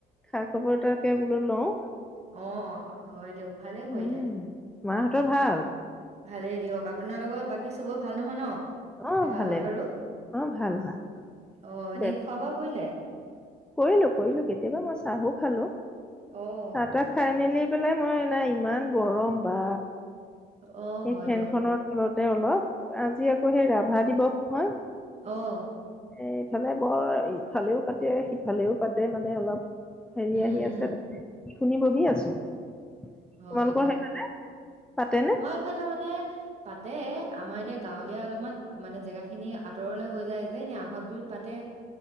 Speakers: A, in the centre; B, on the right.
A: খা খবৰ এটাকে বোলো লওঁ
B: অ হয় দিয়ক ভালে কৰিলে
A: উম মাহঁতৰ ভাল
B: ভালেই দিয়ক আপোনাৰ লগত বাকী চবয় ভাল নহয় ন
A: অ
B: পেহাহঁতৰো
A: ভালে ভাল অ ভাল
B: অ
A: ভাল
B: এনে খোৱা বোৱা কৰিলে
A: কৰিলো কৰিলো কেতিয়াবা মই চাহো খালো
B: অ',
A: চাহ তাহ খাই মেলি পেলাই মই নাই ইমান গৰম বা
B: অ',
A: এই
B: হয়
A: ফেন
B: দিয়ক
A: খনত অলতে অলপ আজি আকৌ সেই ৰাভা দিৱস নহয়
B: অ
A: এ ইফালে বৰ ইফালেও পাতে সিফালেও পাতে মানে অলপ হেৰি
B: উম,
A: আহি
B: উম,
A: আছে শুনি বহি আছো তোমালোকৰ
B: হয়
A: সেইফালে পাতেনে?
B: সিফালে মানে পাতে আমাৰ এতিয়া গাঁৱলীয়া অলপমান মানে জেগাখিনি আঁতৰলে হৈ যায় যে, এনে আহঁতগুৰিত পাতে